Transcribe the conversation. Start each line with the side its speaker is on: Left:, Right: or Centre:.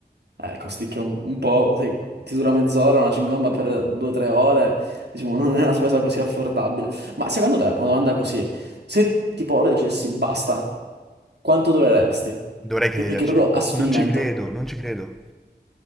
Right: Eh, costicchia un, un po'. Se ti dura mezz'ora, una cingomba per due o tre ore. Diciamo, non è una spesa così affordabile. Ma secondo te, una domanda così. Se tipo ora dicessi basta, quanto dureresti?
Centre: Dovrei crederci.
Right: Perché proprio a sfinimento.
Centre: Non ci credo, non ci credo.